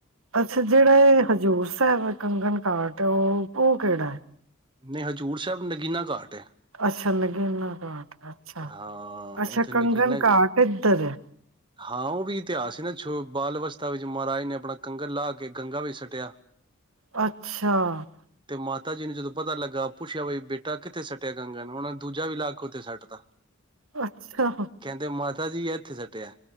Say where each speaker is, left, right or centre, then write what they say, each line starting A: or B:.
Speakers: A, on the right; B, on the right.
A: ਅੱਛਾ ਜਿਹੜਾ ਇਹ ਹਜ਼ੂਰ ਸਾਹਿਬ ਕੰਗਣ ਘਾਟ ਉਹ ਉਹ ਕਿਹੜਾ ਹੈ।
B: ਨਹੀਂ ਹਜ਼ੂਰ ਸਾਹਿਬ ਨਗੀਨਾ ਘਾਟ ਹੈ।
A: ਅੱਛਾ ਨਗੀਨਾ ਘਾਟ। ਹੈ। ਅੱਛਾ,
B: ਹਾਂ
A: ਅੱਛਾ
B: ਉੱਥੇ ਨਗੀਨਾ
A: ਕੰਗਨ ਘਾਟ ਇੱਧਰ ਹੈ।
B: ਹਾਂ ਉਹ ਵੀ ਇਤਿਹਾਸ ਸੀ ਨਾ ਜੋ ਬਾਲ ਅਵਸਥਾ ਵਿੱਚ ਮਹਾਰਾਜ ਨੇ ਆਪਣਾ ਕੰਗਣ ਲਾ ਕੇ ਗੰਗਾ ਵਿੱਚ ਸੱਟਿਆ
A: ਅੱਛਾ,
B: ਤੇ ਮਾਤਾ ਜੀ ਨੂੰ ਜਦੋਂ ਪਤਾ ਲੱਗਾ ਪੁੱਛਿਆ ਬਈ ਬੇਟਾ ਕਿੱਥੇ ਸੱਟਿਆ ਕੰਗਣ, ਉਹਨਾ ਨੇ ਦੂਜਾ ਵੀ ਲਾ ਕੇ ਉੱਥੇ ਸੁੱਟਤਾ।
A: ਅੱਛਾ,
B: ਕਹਿੰਦੇ ਮਾਤਾ ਜੀ ਹੈ ਕਿੱਥੇ ਸਟਿਆ